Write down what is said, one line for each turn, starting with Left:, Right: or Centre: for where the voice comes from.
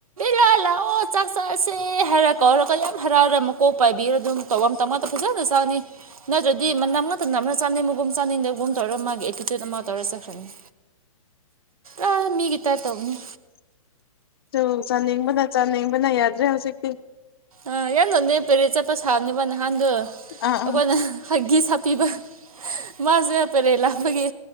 Right: ꯂ ꯂꯥꯛꯑꯣ ꯆꯥꯛ ꯆꯥꯁꯦ ꯍꯥꯏꯔ ꯀꯧꯔꯒ ꯌꯥꯝ ꯍꯔꯥꯎꯔꯦ ꯃꯀꯣꯛ ꯄꯥꯏꯕꯤꯔ ꯑꯗꯨꯝ ꯇꯧꯐꯝ ꯑꯃ ꯇꯧꯃꯇ ꯐꯖꯂꯁꯤ ꯆꯥꯅꯤ ꯅꯠꯇ꯭ꯔꯗꯤ ꯅꯝꯅꯛꯇ ꯅꯝꯅ ꯆꯥꯅꯩ ꯃꯨꯒꯨꯝ ꯆꯥꯅꯤꯡꯗꯒꯨꯝ ꯇꯧꯔ ꯃꯥꯒꯤ ꯑꯦꯇꯤꯇ꯭ꯌꯨꯠ ꯑꯃ ꯇꯧꯔ ꯆꯠꯈ꯭ꯔꯅꯤ ꯑ ꯃꯤ ꯇ ꯇꯧꯅꯤ
Left: ꯇ ꯆꯥꯟ ꯍꯕꯅ ꯆꯥꯟ ꯍꯕꯅ ꯌꯥꯗ꯭ꯔꯦ ꯍꯧꯖꯤꯛꯇꯤ
Right: ꯑ ꯌꯥꯝ ꯂꯣꯅꯦ ꯄꯦꯔꯦꯠ ꯆꯠꯄ ꯁꯥꯕꯅꯦꯕ ꯅꯍꯥꯟꯗꯣ
Left: ꯑꯥ
Right: ꯑꯩꯈꯣꯏꯅ
Left: ꯑꯥ
Right: ꯍ ꯄꯤꯕ ꯃꯥꯁꯨ ꯄꯦꯔꯦ ꯂꯥꯞꯄꯒꯤ